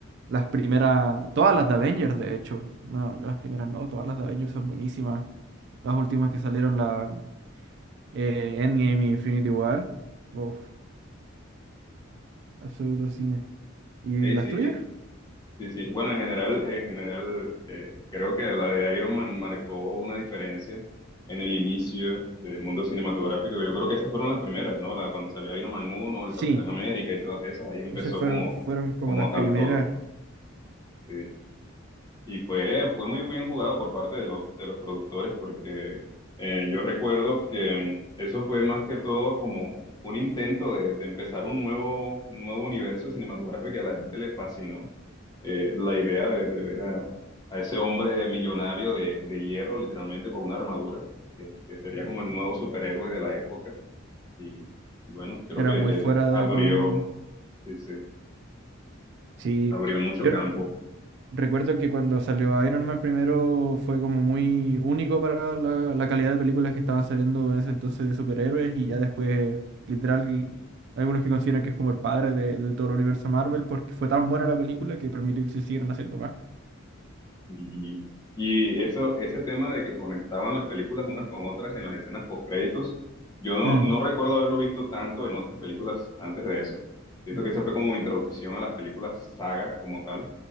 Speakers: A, on the right; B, on the left.
A: Las primeras, todas las de Avengers, de hecho. No, las primeras no, todas las de Avengers son buenísimas. Las últimas que salieron, la eh, Endgame y Infinity War. Uf, absoluto cine. ¿Y
B: Eh,
A: las
B: sí,
A: tuyas?
B: eh, Sí, sí. Bueno, en general, en general, eh, creo que la de Iron Man marcó una diferencia en el inicio del mundo cinematográfico. Yo creo que esas fueron las primeras, ¿no? La, cuando salió Iron Man uno el
A: Sí,
B: Capitán América y todas esas, ahí empezó
A: esas fueron,
B: como,
A: fueron como
B: como
A: las
B: tal
A: primeras.
B: todo. Sí. Y fue, fue muy bien jugado por parte de los, de los productores porque eh, yo recuerdo que mm, eso fue más que todo como un intento de, de empezar un nuevo, un nuevo universo cinematográfico que a la gente le fascinó. Eh, la idea de, de ver a, a ese hombre millonario de, de hierro, literalmente con una armadura, que, que sería como el nuevo superhéroe de la época. Y, y bueno, creo
A: Era
B: que,
A: muy
B: que
A: fuera
B: abrió,
A: del común.
B: sí, sí,
A: Sí.
B: abrió mucho
A: Yo,
B: campo.
A: Recuerdo que cuando salió Iron Man primero fue como muy único para la, la calidad de películas que estaban saliendo en ese entonces de superhéroes y ya después, literal, algunos que consideran que es como el padre de, de todo el universo Marvel porque fue tan buena la película que permitió que se siguieran haciendo más.
B: Y, y eso, ese tema de que conectaban las películas unas con otras en las escenas postcréditos, yo no,
A: Mm,
B: no recuerdo haberlo visto tanto en otras películas antes de eso. Siento que esa fue como mi introducción a las películas saga como tal,